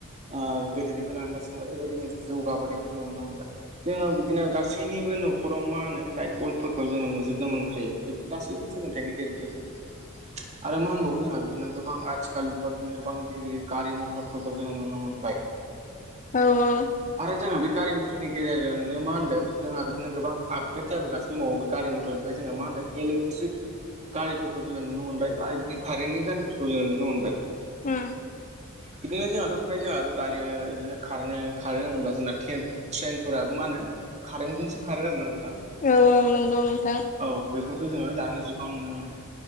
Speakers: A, on the right; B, on the left.
A: ओ गोदोनिफ्राय लानानै दासिमबो एरैबायदि मोनसे जौगाबोनायखौ जोङो नुनो मोनबाय जोङो बिदिनो गास गासैनिबो न'खराव मा होनो लाइट बल्बफोरखौ जोङो नुजोबनो मोनखायो बेफोर गासैबो सोलोंथाइनि गेजेरजों फैजोबदों आरो मा होनबावो जोंहा बिदिनो गोबां आथिखालनिफ्राय बिदिनो गोबां गिदिर गिदिर गारि मथरफोरखौ जोङो नुनो मोनबाय
B: औ औ
A: आरो जोङो बे गारि मथरनि गेजेरजोंनो मा होन्दों जोंहा बेखौनो गोबां आपग्रेद जाबोगासिनो दबावो। गारि मथरनिफ्राय जोङो मा होनदों इलेकट्रिक गारिफोरखौ जोङो नुनो मोनबाय बा इदि कारेन्टनि गारिफोरखौ जोङो नुनो मोनबाय
B: उम
A: बिदिनो जोंहाथ' फ्राय जोंहाथ दायो बिदिनो खारनो खारो होनोब्ला जोंना थेनफोर ट्रेन फोराबो मा होनो कारेेनटजोंसो खारो आरोना नोंथां
B: औ औ नंगौ नोंथां
A: औ बेफोरखौ जोङो दानि जुगाव नुनो मोनो